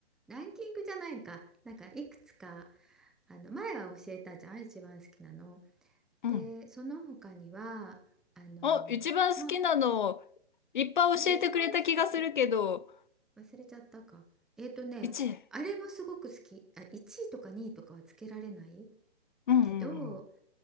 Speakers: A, in the centre; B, on the left (about 50°).
A: ランキングじゃないか、なんかいくつか、あの前は教えたじゃん、一番好きなの。
B: うん
A: で、その他には、あの、
B: お、一番好きなの、
A: あ
B: いっぱい教えてくれた気がするけど、
A: あれ、一番好き、え忘れちゃったか。えっとね、
B: 1位。
A: あれもすごく好き。あ、1位とか2位とかはつけられない
B: うんうんうん。
A: けど、